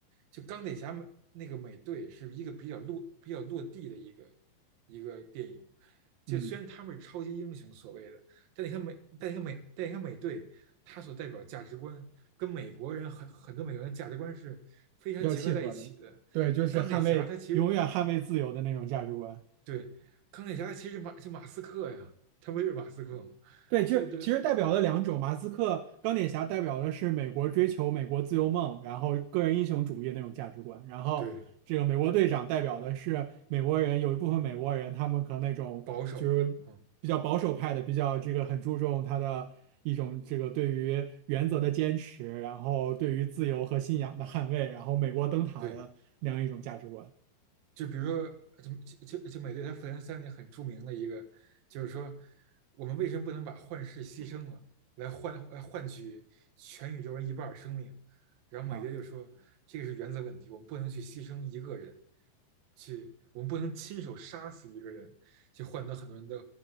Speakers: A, on the right; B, on the right.
A: 就钢铁侠美那个美队是一个比较落比较落地的一个一个电影。就虽然他们是超级英雄所谓的，
B: 嗯，
A: 但你看美，但你看美，但你看美队，他所代表价值观跟美国人很很多美国人的价值观是非常结合在一起的。
B: 比较契合的，对，就是捍卫永远捍卫自由的那种价值观。
A: 钢铁侠他其实对，钢铁侠其实马就马斯克呀，他不就是马斯克吗？
B: 对，就是其实代表了两种，
A: 对对
B: 马斯克、钢铁侠代表的是美国追求美国自由梦，然后个人英雄主义那种价值观，然后这个美国队长代表的是美国人，
A: 对，
B: 有一部分美国人他们可能那种就是比较保守派的，
A: 保守，嗯，
B: 比较这个很注重他的一种这个对于原则的坚持，然后对于自由和信仰的捍卫，然后美国灯塔的那样一种价值观
A: 对。就比如说，就就就美队他复联三里很著名的一个，就是说，我们为什么不能把幻视牺牲了，来换来换取全宇宙人一半儿生命？然后美队就说，
B: 啊
A: 这个是原则问题，我们不能去牺牲一个人，去我们不能亲手杀死一个人，去换得很多人的